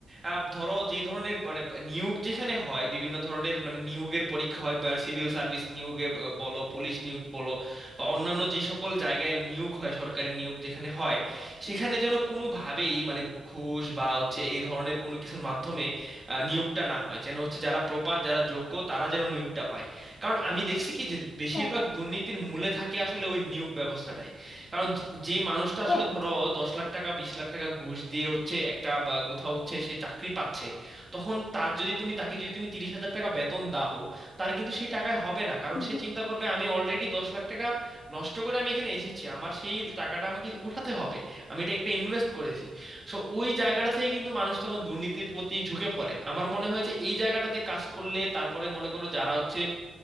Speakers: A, on the right; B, on the left.
A: আহ, ধরো যে ধরনের মানে নিয়োগ যেখানে হয় বিভিন্ন ধরনের মানে নিয়োগের পরীক্ষা হয় বা সিভিল সার্ভিস নিয়োগে ব- বলো পুলিশ নিয়োগ বলো বা অন্যান্য যে সকল জায়গায় নিয়োগ হয় সরকারি নিয়োগ যেখানে হয় সেখানে যেন কোনোভাবেই মানে ঘুষ বা হচ্ছে এই ধরনের কোনো কিছুর মাধ্যমে আহ, নিয়োগটা না হয় যেন হচ্ছে যারা প্রপার যারা যোগ্য তারা যেন নিয়োগটা পায় কারণ আমি দেখছি কি যে বেশিরভাগ
B: হ্যাঁ
A: দুর্নীতির মূলে থাকে আসলে ওই নিয়োগ ব্যবস্থাটাই কারণ যে যে মানুষটা আসলে
B: হ্যাঁ
A: ধরো দশ লাখ টাকা বিশ লাখ টাকা ঘুষ দিয়ে হচ্ছে একটা বা কোথাও হচ্ছে সে চাকরি পাচ্ছে তখন তার যদি তুমি তাকে যদি তুমি তিরিশ হাজার টাকা বেতন দাও তার কিন্তু সেই টাকায় হবে না কারণ
B: হুম
A: সে চিন্তা করবে আমি অলরেডি দশ লাখ টাকা নষ্ট করে আমি এখানে এসেছি আমার সেই টাকাটা আমাকে উঠাতে হবে আমি এটা একটা ইনভেস্ট করেছি সো ওই জায়গাটা থেকে কিন্তু মানুষ তখন দুর্নীতির প্রতি ঝুঁকে পড়ে আমার মনে হয় যে এই জায়গাটাতে কাজ করলে তারপরে মনে করো যারা হচ্ছে